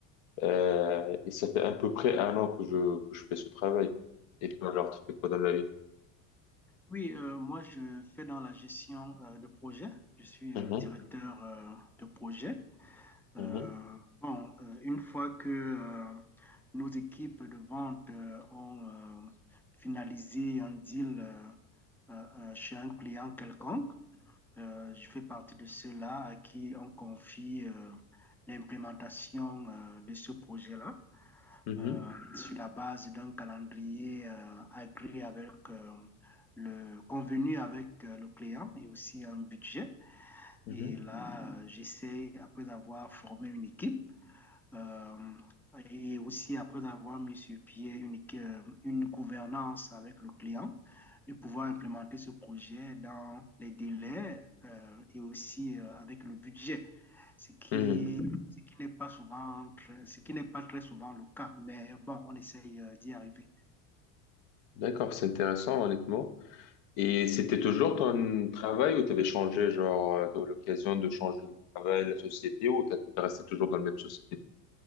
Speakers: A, on the left; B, in the centre.
A: Euh, et ça fait à peu près un an que je, que je fais ce travail. Et toi, genre, tu fais quoi dans la vie?
B: Oui, euh, moi, je fais dans la gestion euh, de projet. Je suis
A: Mhm,
B: euh, directeur euh, de projet. Euh,
A: mhm,
B: bon, euh, une fois que euh, nos équipes de vente euh, ont euh, finalisé un deal euh, euh, euh, chez un client quelconque, Euh, je fais partie de ceux-là à qui on confie euh, l'implémentation euh, de ce projet-là
A: mhm,
B: euh, sur la base d'un calendrier euh, agréé avec euh, le convenu avec euh, le client et aussi un budget.
A: mhm,
B: Et là, euh, j'essaie, après avoir formé une équipe, euh, et aussi, après avoir mis sur pied une, euh, une gouvernance avec le client, de pouvoir implémenter ce projet dans les délais euh, et aussi euh, avec le budget, ce qui,
A: mhm.
B: ce qui n'est pas souvent, très- ce qui n'est pas très souvent le cas. Mais bon, on essaye euh, d'y arriver.
A: D'accord, c'est intéressant, honnêtement. Et c'était toujours ton travail ou t'avais changé, genre, euh, t'as eu l'occasion de changer le travail, la société, ou t'as- t'es resté toujours dans la même société?